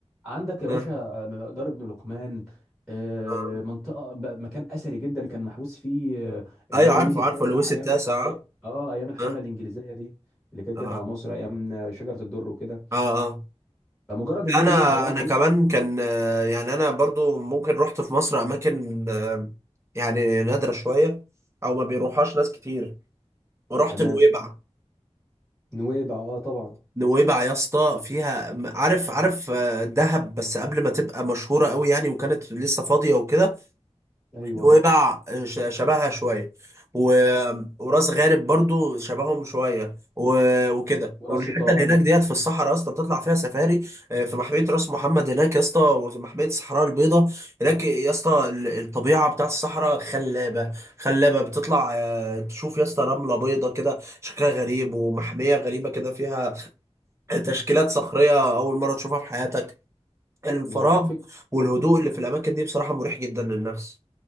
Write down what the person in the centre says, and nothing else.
عندك يا باشا
آه، مقدار ابن لقمان آه،
منطقه ب- مكان اثري جدا كان محبوس فيه آه، اللي
هو
لويس التاسع
ايام
الحم... أي- اه ايام الحمله
الانجليزيه دي اللي كانت
جت على مصر ايام آه، شجره الدر وكده
فمجرد انها
مدينه صغيره
مدينه
تمام
نويبع اه طبعا
ايوه
وراس
شيطان
وفك